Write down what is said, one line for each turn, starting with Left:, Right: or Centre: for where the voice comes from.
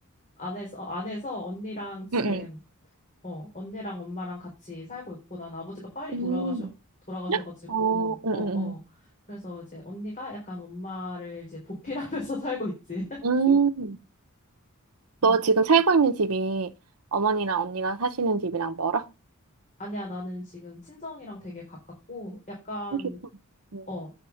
Left: 안에서, 어, 안에서 언니랑 지금,
Right: 응, 응.
Left: 어, 언니랑 엄마랑 같이 살고 있고, 난 아버지가 빨리
Right: 음.
Left: 돌아가셔, 돌아가셔가지고,
Right: 어, 응,
Left: 어,
Right: 응,
Left: 어. 그래서 이제 언니가 약간 엄마를 이제 보필하면서 <laughs> 살고 있지.
Right: 응. 음. 너
Left: 음.
Right: 지금 살고 있는 집이 어머니랑 언니랑 사시는 집이랑 멀어?
Left: 아니야, 나는 지금 친정이랑 되게 가깝고, 약간,
Right: 음, 좋다. 응,
Left: 어,